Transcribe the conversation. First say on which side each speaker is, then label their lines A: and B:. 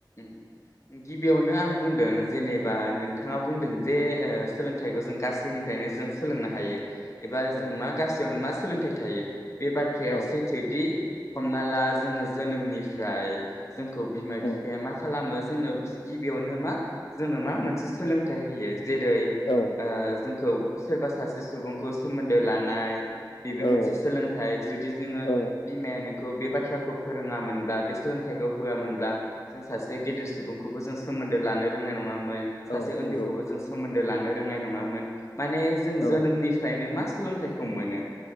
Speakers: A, on the left; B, on the left.
A: ओम गिबियावनो आं बुंदों जेनेबा नोंथाङा बुंदों जे ओ सोलोंथाइखौ जों गासैनिफ्रायनो जों सोलोंनो हायो। एबा जों
B: औ
A: मा गासियावनो मा स सोलोंथाइ थायो। बे बाथ्राया
B: औ
A: सैथोदि हमना ला जोङो जोनोमनिफ्राय जोंखौ बिमा
B: उम
A: बिफ मा खालामो जोंनो गिबियावनो मा जोंनो मा मोनसे सोलोंथाइ होयो। जेरै
B: औ
A: ओ जोंखौ सोरबा सासे सुबुंखौ सोमोन्दो लानाय। बेबो
B: औ
A: मोनसे सोलोंथाइ जुदि जोङो
B: औ
A: बिमाया नों खौ बे बाथ्राखौ फोरोङामोनब्ला बे सोलोंथाइखौ होआमोनब्ला जों सासे गेदिर सुबुंखौबो जों सोमोन्दो लानो रोंनाय नङा मोन सासे
B: औ
A: उन्दैखौबो
B: नंगौ
A: जों सोन्दो ला थानो रोंनाय नङामोन। माने जों
B: औ
A: जोनोमनिफ्रायनो मास सोलोंथाइखौ मोनो